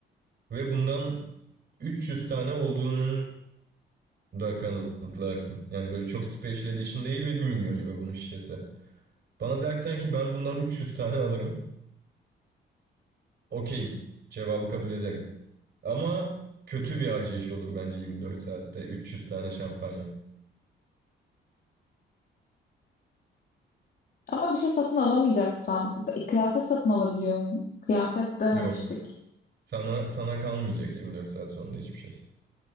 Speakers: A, on the right; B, on the left.
A: Ve bundan 300 tane olduğunun da kanıtlarsın. Yani böyle çok special edition değil ve bir milyon euro bunun şişesi. Bana dersen ki ben bundan 300 tane alırım. Okeyim. Cevabı kabul ederim. Ama kötü bir harcayış olur bence 24 saatte 300 tane şampanya.
B: Ama bir şey satın alamayacaksam, kıyafet satın alabiliyor muyum? Kıyafet dememiştik.
A: Yok. Sana sana kalmayacak 24 saat sonunda hiçbir şey.